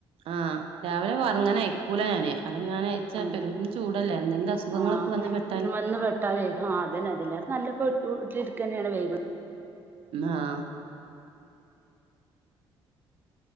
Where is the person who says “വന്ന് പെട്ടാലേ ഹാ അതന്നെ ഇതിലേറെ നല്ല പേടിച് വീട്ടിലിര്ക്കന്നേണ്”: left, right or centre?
Right